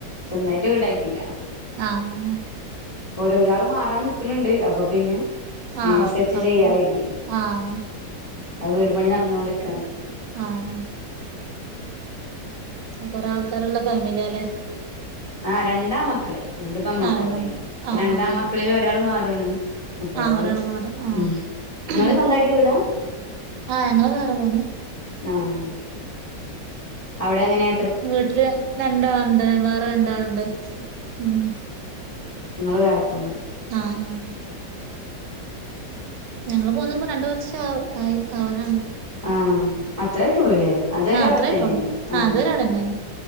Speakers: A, on the left; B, on the right.
A: സ്വന്തയിട്ട് വീടായിട്ടില്ല
B: ആഹ്
A: ഓരോ ഒരാൾ മാറാൻ നിക്കുണുണ്ട് അപ്പൊ പിന്നെ അയ്നന്സരിച്ച്
B: ആഹ് അവര്
A: ചെയ്യാ
B: പോ
A: കരുതി
B: ആഹ്
A: അത് വീടു പണി നടന്നോണ്ടിരിക്കാണ്
B: ആഹ് അഹ് കൊറെേ ആൾക്കാർള്ള ഫാമിലിയല്ലേ
A: ആഹ് രണ്ടാമക്കള് രണ്ട് പെമ്മക്കളുയ്നി
B: ആഹ് രണ്ടെണ്ണം
A: ഇപ്പ
B: ആഹ്
A: രണ്ടാമക്കളില്
B: ആഹ്
A: ഒരാൾ മാറാണ് അപ്പൊ
B: ആഹ്
A: ഒരാള്
B: മാറാ ആഹ്
A: ഉം നിങ്ങള് സ്വന്തയിട്ട് വീടാ
B: ആഹ് ഞങ്ങള് വേറെ പോന്നു
A: ആഹ് അവിടെ എങ്ങനെയ
B: വീട്ടില് രണ്ടാള്ണ്ട് വേറെ രണ്ടാള്ണ്ട് ഉം
A: ങ്ങള് വേറെ പോന്നു
B: ആഹ് ഞങ്ങള് പോന്നട്ട്പ്പോ രണ്ട് വർഷ ആവ് ആയി ആവാനാണ്
A: ആഹ് അത്രായിട്ടൊള്ളൂല്ലേ അത്വരെ
B: ആഹ്
A: അവിടെത്തന്നെയ്ന്നു
B: അത്രായിട്ടൊള്ളൂ
A: ആഹ്
B: അതുവരെ അവിടെന്നേണ്